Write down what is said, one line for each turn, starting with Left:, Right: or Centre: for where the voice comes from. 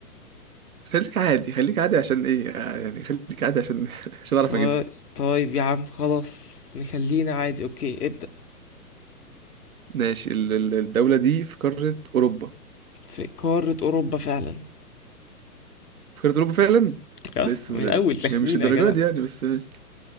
Right: خليك عادي خليك عادي عشان ايه يعني خليك عادي عشان <laughs> عشان اعرف
Left: طي-
Right: اجيبها
Left: طيب يا عم خلاص نخلينا عادي اوكي ابدأ
Right: ماشي ال- ال- الدولة دي في قارة اوروبا
Left: في قارة اوروبا فعلا
Right: في قارة اوروبا فعلا ده
Left: اه
Right: ايه السهولة
Left: من اول
Right: دي
Left: تخمينة
Right: يعني مش الدرجات
Left: يا جدع
Right: دي يعني بس ماشي